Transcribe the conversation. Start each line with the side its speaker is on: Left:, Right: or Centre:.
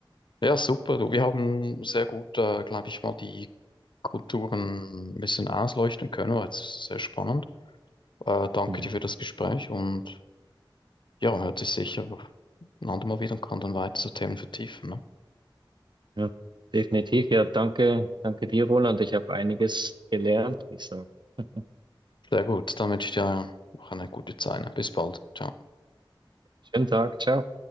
Left: Ja, super. Du, wir haben sehr gut, äh, glaube ich, mal die Kulturen ein bisschen ausleuchten können. War jetzt sehr spannend. Äh, danke
Right: Mhm.
Left: dir für das Gespräch und ja, hört sich sicher ein andermal wieder und kann dann weitere Themen vertiefen. Ne?
Right: Ja, definitiv. Ja, danke, danke dir, Roland. Ich habe einiges gelernt, wie ich sage. <laughs>
Left: Sehr gut. Dann wünsche ich dir noch eine gute Zeit. Ne? Bis bald. Ciao.
Right: Schönen Tag, ciao.